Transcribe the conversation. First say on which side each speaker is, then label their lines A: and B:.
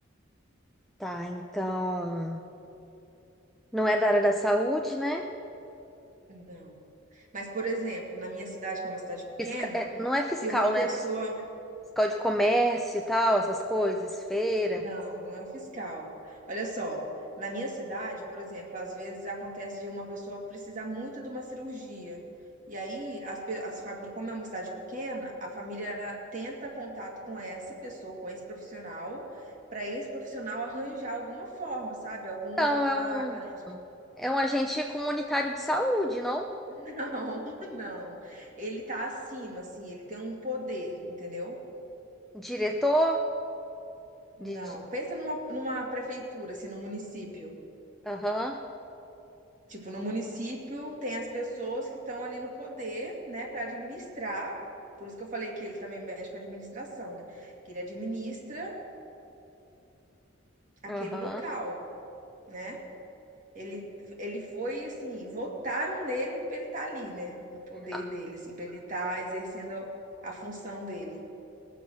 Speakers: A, in the centre; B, on the right (about 40°).
A: Tá, então. Não é da área da saúde, né?
B: Não. Mas, por exemplo, na minha cidade, que é uma cidade pequena,
A: Fisca- é, não é fiscal,
B: tem uma
A: né?
B: pessoa.
A: Fiscal de comércio e tal, essas coisas, feira.
B: Não, não é fiscal. Olha só, na minha cidade, por exemplo, às vezes acontece de uma pessoa precisar muito de uma cirurgia. E aí, as, pe- as famí- como é uma cidade pequena, a família tenta contato com essa pessoa, com esse profissional, para esse profissional arranjar alguma forma, sabe? Alguma
A: Então, é
B: vaga
A: um.
B: no hospital.
A: É um agente comunitário de saúde, não?
B: <laughs> Não, não. Ele tá acima, assim, ele tem um poder, entendeu?
A: Diretor
B: Não.
A: de... de-
B: Pensa numa, numa prefeitura, assim, num município.
A: Aham,
B: Tipo, no município tem as pessoas que estão ali no poder, né, para administrar. Por isso que eu falei que ele também mexe com a administração, né? Que ele administra aquele
A: aham.
B: local, né? Ele, ele foi assim, votaram nele para ele estar ali, né? No poder
A: Ah,
B: dele, assim, para ele estar exercendo a função dele.